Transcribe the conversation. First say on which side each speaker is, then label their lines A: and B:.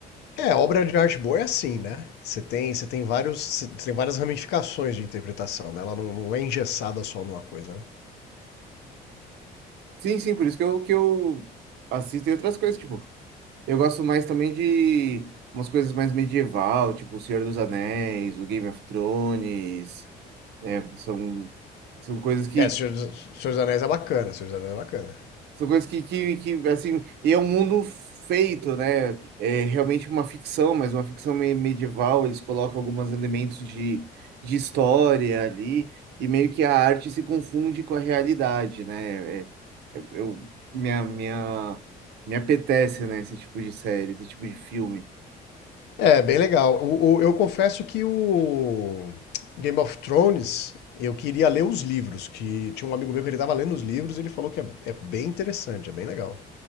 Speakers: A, on the left; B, on the right.
A: É, obra de arte boa é assim, né? Você tem, você tem vários, você tem várias ramificações de interpretação, né? Ela não, não é engessada só numa coisa, né?
B: Sim, sim, por isso que eu, que eu assisto e outras coisas, tipo. Eu gosto mais também de umas coisas mais medieval, tipo O Senhor dos Anéis, o Game of Thrones, né? São, são coisas que
A: É, Senhor, dos- Senhor dos Anéis é bacana, Senhor dos Anéis é bacana.
B: são coisas que, que, que assim, e é um mundo feito, né? É realmente uma ficção, mas uma ficção me- medieval, eles colocam alguns elementos de, de história ali e meio que a arte se confunde com a realidade, né? É- é- eu minha minha me apetece, né, esse tipo de série, esse tipo de filme.
A: É, bem legal. O- o- eu confesso que o Game of Thrones, eu queria ler os livros, que tinha um amigo meu que ele tava lendo os livros e ele falou que é, é bem interessante, é bem legal.